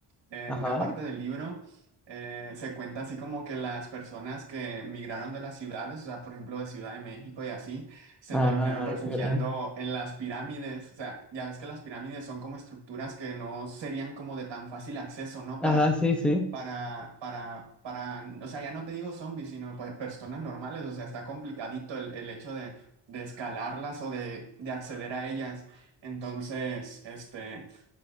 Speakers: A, on the right; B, in the centre.
A: en
B: Ajá.
A: una parte del libro, eh, se cuenta así como que las personas que migraron de las ciudades, o sea, por ejemplo, de Ciudad de México y así, se
B: Ah,
A: terminaron refugiando
B: caray.
A: en las pirámides. O sea, ya ves que las pirámides son como estructuras que no serían como de tan fácil acceso, ¿no?
B: Ajá, sí, sí.
A: para, para, para, o sea, ya no te digo zombies, sino pues personas normales, o sea, está complicadito el, el hecho de, de escalarlas o de, de acceder a ellas. Entonces, este,